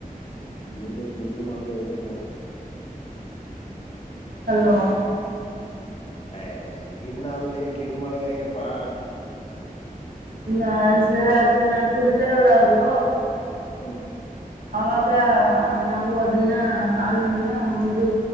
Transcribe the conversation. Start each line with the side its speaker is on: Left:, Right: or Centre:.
Left: <unintelligible> ಗಿನ್ನುು ಮಂಡದಏನುಂಪೆ
Right: ಹಲೋ
Left: ಅ ಗಿಂಡ ಅಲ್ಲಿ ಗಿಂಡ್ ಮಾಡೋದ್ ಹೇಗಪ್ಪಾ
Right: ನ ಸರ ಅದನ್ನ ಕೊಡ್ತಾರಲ್ಲ ಅವರು
Left: ಹಾ
Right: ಆಗ ನಾವು ಅದನ್ನ ಹಾಲೂನ್ನ ಒಂದು